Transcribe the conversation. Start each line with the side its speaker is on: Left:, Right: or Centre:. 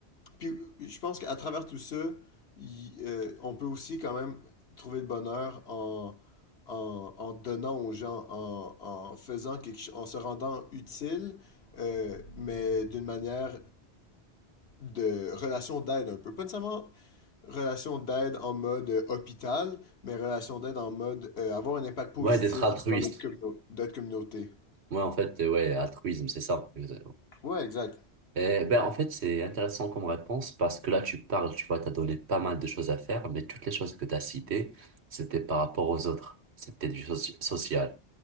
Left: puis je pense qu'à travers tout ça, il- euh, on peut aussi quand même trouver le bonheur en, en, en donnant aux gens, en, en faisant quelque chose, en se rendant utile, euh, mais d'une manière de relation d'aide un peu. Pas nécessairement relation d'aide en mode euh, hôpital, mais relation d'aide en mode euh, avoir un impact positif
Right: Ouais, d'être altruiste.
Left: dans notre communau- notre communauté.
Right: Ouais, en fait, euh, ouais, altruisme, c'est ça. exactement.
Left: Ouais, exact.
Right: Et ben, en fait, c'est intéressant comme réponse parce que là, tu parles, tu vois, t'as donné pas mal de choses à faire, mais toutes les choses que t'as citées, c'était par rapport aux autres. C'était du soci- social.